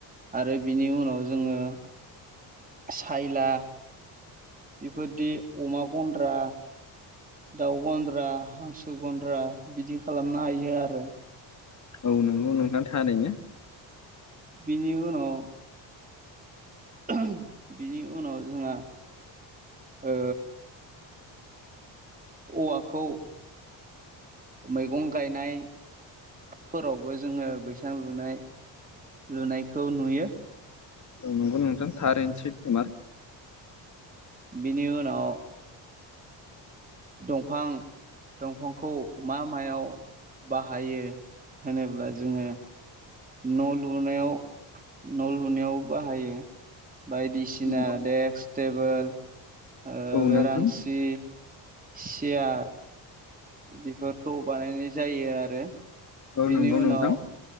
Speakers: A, on the right; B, on the left.
A: आरो बिनि उनाव जोङो साइला बेफोरदि अमा गन्द्रा दाउ गन्द्रा, हांसो गन्द्रा बिदि खालामनो हायो आरो।
B: औ नोंगौ नोंथां थारैनो।
A: बिनि उनाव <unintelligible> बिनि उनाव जोंहा ओ अवाखौ मैगं गायनाय फोरावबो जोङो बैसां लुनाय लुनायखौ नुयो।
B: औ नंगौ नोंथां थारैनो सैथोमार।
A: बिनि उनाव दंफां दंफांखौ मा मायाव बाहायो होनोब्ला जोङो न' लुनायाव न' लुनायावबो बाहायो। बायदिसिना
B: नंगौ
A: देक्स टेबोल ओ
B: औ
A: बेरांसि,
B: नोंथां
A: सियार बेफोरखौ बानायनाय जायो आरो।
B: औ
A: बेनि
B: नोंगौ
A: उनाव
B: नोंथां।